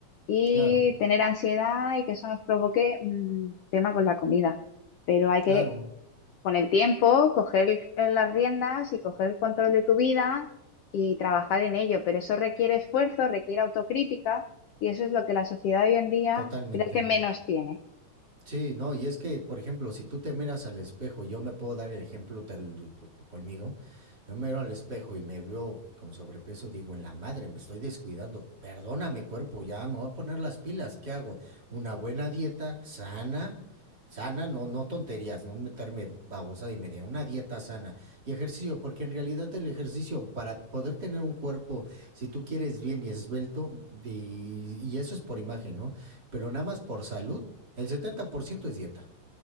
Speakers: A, on the left; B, on the right.
A: y
B: claro,
A: tener ansiedad y que eso nos provoque mm, tema con la comida, pero hay
B: claro,
A: que, con el tiempo, coger el- las riendas y coger el control de tu vida y trabajar en ello, pero eso requiere esfuerzo, requiere autocrítica y eso es lo que la sociedad hoy en día
B: totalmente.
A: creo que menos tiene.
B: Sí, no, y es que, por ejemplo, si tú te miras al espejo, yo me puedo dar el ejemplo tal, conmigo, yo me miro al espejo y me veo con sobrepeso, digo, en la madre, me estoy descuidando, perdóname cuerpo, ya me voy a poner las pilas, ¿qué hago? Una buena dieta sana, sana, no, no tonterías, no meterme babosada y media, una dieta sana y ejercicio, porque en realidad el ejercicio, para poder tener un cuerpo, si tú quieres bien y esbelto, y, y eso es por imagen, ¿no? Pero nada más por salud el 70% es dieta,